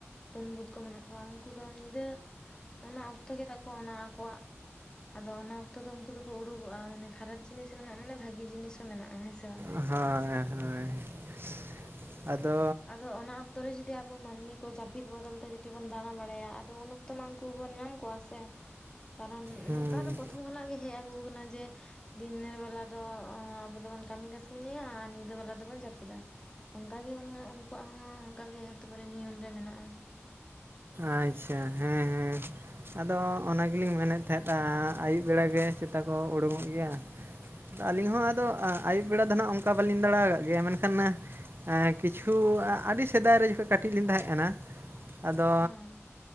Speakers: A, on the left (about 15°); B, on the right (about 50°).
A: ᱰᱟᱹᱱ ᱵᱷᱩᱛ ᱠᱚ ᱢᱮᱱᱟᱜ ᱠᱚᱣᱟ ᱩᱝᱠᱩ ᱫᱚ ᱧᱤᱫᱟᱹ ᱚᱱᱟ ᱚᱠᱛᱚ ᱜᱮᱛᱟ ᱠᱚ ᱚᱱᱟ ᱟᱠᱚᱣᱟᱜ ᱟᱫᱚ ᱚᱱᱟ ᱚᱠᱛᱚ ᱫᱚ ᱩᱝᱠᱩ ᱫᱚᱠᱚ ᱩᱰᱩᱠᱚᱜᱼᱟ, ᱢᱟᱱᱮ ᱠᱷᱟᱨᱟᱯ ᱡᱤᱱᱤᱥ ᱦᱚᱸ ᱢᱮᱱᱟᱜᱼᱟ ᱢᱟᱱᱮ ᱵᱷᱟᱜᱤ ᱡᱤᱱᱤᱥ ᱦᱚᱸ ᱢᱮᱱᱟᱜᱼᱟ ᱦᱮᱸ ᱥᱮ ᱵᱟᱝᱟ?
B: ᱦᱳᱭ ᱦᱳᱭ᱾ ᱟᱫᱚ
A: ᱟᱫᱚ ᱚᱱᱟ ᱚᱠ ᱛᱚ ᱨᱮ ᱡᱩᱫᱤ ᱟᱵᱚ ᱢᱟᱱᱢᱤ ᱠᱚ ᱡᱟᱯᱤᱫ ᱵᱚᱫᱚᱞ ᱛᱮ ᱡᱩᱫᱤ ᱵᱚᱱ ᱫᱟᱬᱟ ᱵᱟᱲᱟᱭᱟ ᱟᱫᱚ ᱩᱱ ᱚᱠᱛᱚ ᱢᱟᱱ ᱩᱝᱠᱩ ᱵᱚᱱ ᱧᱟᱢ ᱠᱚᱣᱟ ᱥᱮ᱾ ᱠᱟᱨᱚᱱ
B: ᱦᱩᱸ
A: ᱱᱚᱝᱠᱟ ᱫᱚ ᱯᱨᱚᱛᱷᱚᱢ ᱠᱷᱚᱱᱟᱜ ᱜᱮ ᱦᱮᱡ ᱟᱜᱩ ᱠᱟᱱᱟ ᱡᱮ ᱫᱤᱱᱮᱨ ᱵᱮᱞᱟ ᱫᱚ ᱟᱵᱚ ᱫᱚᱵᱚᱱ ᱠᱟᱢᱤ ᱠᱟᱥᱱᱤᱭᱟ ᱟᱨ ᱧᱤᱫᱟᱹ ᱵᱮᱞᱟ ᱫᱚᱵᱚᱱ ᱡᱟᱹᱯᱤᱫᱟ᱾ ᱚᱝᱠᱟ ᱜᱮ‌ ᱢᱟᱱᱮ ᱩᱱᱠᱩᱣᱟᱜ ᱦᱚᱸ ᱚᱝᱠᱟ ᱜᱮ ᱦᱚᱛᱮ ᱯᱟᱨᱮ ᱱᱤᱭᱚᱢ ᱨᱮ ᱢᱮᱱᱟᱜᱼᱟ᱾
B: ᱟᱪᱪᱷᱟ ᱦᱮᱸ ᱦᱮᱸ᱾ ᱟᱫᱚ ᱚᱱᱟ ᱜᱮᱞᱤᱧ ᱢᱮᱱ ᱮᱫ ᱛᱟᱦᱮᱸᱫᱼᱟ ᱟᱹᱭᱩᱵ ᱵᱮᱲᱟ ᱜᱮ ᱪᱮᱛᱟ ᱠᱚ ᱩᱰᱩᱝᱚᱜ ᱜᱮᱭᱟ᱾ ᱟᱹᱞᱤᱧ ᱦᱚᱸ ᱟᱫᱚ ᱟᱸ ᱟᱭᱩᱵ ᱵᱮᱲᱟ ᱫᱚ ᱱᱟᱦᱟᱜ ᱚᱝᱠᱟ ᱵᱟᱞᱤᱧ ᱫᱟᱬᱟ ᱠᱟᱜ ᱜᱮᱭᱟ, ᱢᱮᱱᱠᱷᱟᱱ ᱮᱸ ᱠᱤᱪᱷᱩ ᱟᱹᱰᱤ ᱥᱮᱫᱟᱭ ᱨᱮ ᱡᱚᱠᱷᱚᱡ ᱠᱟᱹᱴᱤᱡ ᱞᱤᱧ ᱛᱟᱦᱮᱸᱜ ᱠᱟᱱᱟ, ᱟᱫᱚ
A: ᱦᱮᱸ